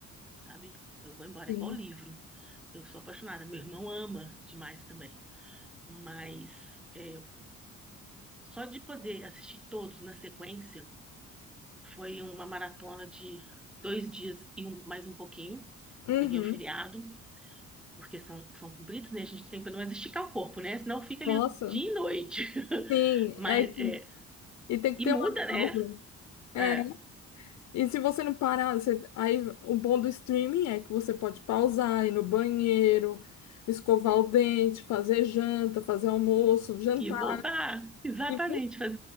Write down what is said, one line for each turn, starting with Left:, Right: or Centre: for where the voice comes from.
Centre: sabe? Eu vou embora,
Left: sim
Centre: é igual livro. Eu sou apaixonada, meu irmão ama demais também. Mas é, só de poder assistir todos na sequência. Foi uma maratona de dois dias e um- mais um pouquinho.
Left: Uhum.
Centre: Peguei o feriado, porque são, são compridos, né? A gente tem que pelo menos esticar o corpo, né? Senão fica
Left: Nossa,
Centre: ali dia e noite. <laughs>
Left: sim,
Centre: Mas,
Left: é,
Centre: é,
Left: e tem que
Centre: e
Left: ter
Centre: muda,
Left: uma
Centre: né?
Left: pausa. É,
Centre: É,
Left: e se você não parar, você- aí o bom do streaming é que você pode pausar, ir no banheiro, escovar o dente, fazer janta, fazer almoço, jantar.
Centre: e voltar, exatamente,
Left: E,
Centre: faz-